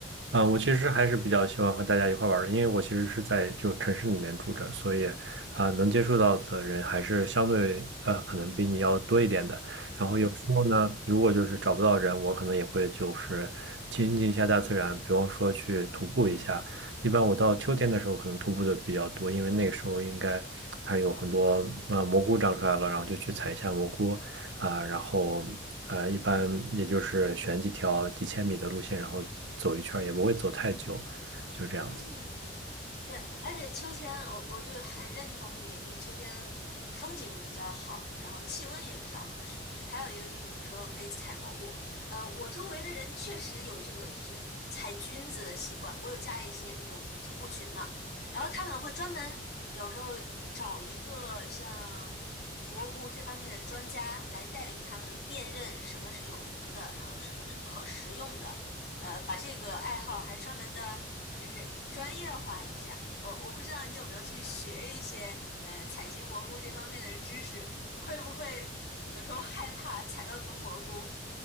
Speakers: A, on the right (about 80°); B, on the left (about 60°).
A: 啊、我其实还是比较喜欢和大家一块儿玩儿的，因为我其实是在就城市里面住着，所以啊、能接触到的人还是相对呃可能比你要多一点的。然后有时候呢，
B: 嗯嗯嗯。
A: 如果就是找不到人，我可能也会就是亲近一下大自然，比方说去徒步一下。一般我到秋天的时候可能徒步的比较多，因为那个时候应该它有很多呃蘑菇长出来了，然后就去采一下蘑菇。啊、然后呃，一般也就是选几条几千米的路线，然后走一圈儿也不会走太久，就这样子。
B: 嗯嗯，对，而且秋天我我就很认同你，就秋天风景比较好，然后气温也比较合适。还有一个就是你说可以采蘑菇，呃，我周围的人确实有这个就是采菌子的习惯。我有加一些那种徒步群嘛，然后他们会专门有时候找一个像蘑菇这方面的专家来带领他们辨认什么是有毒的，然后什么是可食用的。呃，把这个爱好还专门的。就是专业化一下。我我不知道你有没有去学一些呃采集蘑菇这方面的知识，会不会有时候害怕采到毒蘑菇？